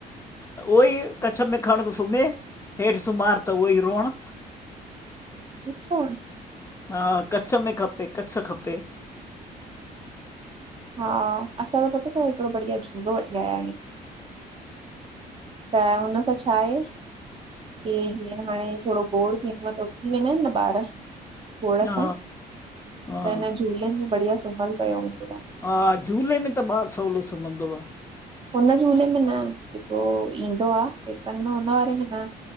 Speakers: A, on the left (about 15°); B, on the right (about 35°).
A: उहो ई कच्छ में खण त सुम्हे हेठि सुम्हार त उहो ई रोअण।
B: अच्छा।
A: हा, कच्छ में खपे कच्छ खपे।
B: हा, असां त पतो तव हिकड़ो बढ़िया झूलो वठी आया आहियूं। त हुन सां छा आहे की जीअं हाणे थोरो गोड़ थींदो त उथी वेंदा आहिन न ॿार गोड़
A: हा।
B: सां
A: हा
B: त हिन झूलेनि में बढ़िया सुमयलु पयो हूंदो आ।
A: हा झूले में त ॿारु सवलो सुमंदो आ।
B: हुन झूले में न जेको ईंदो आ। हिकन्द हुन वारे में न।